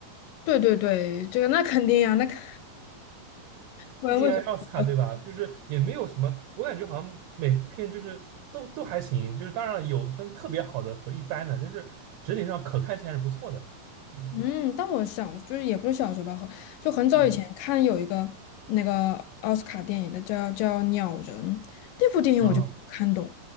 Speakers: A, on the left (about 80°); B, on the right (about 70°).
A: 对对对，这个那肯定呀、那肯不然为什么？
B: 毕竟还是奥斯卡对吧？就是也没有什么，我感觉好像每部片就是都都还行，就是当然有分特别好的和一般的，但是整体上可看性还是不错的。嗯
A: 嗯，但我小就是也不是小时候吧，很就很早以前看有一个那个奥斯卡电影的叫叫《鸟人》，
B: 嗯。
A: 那部电影我就没看懂，
B: 啊，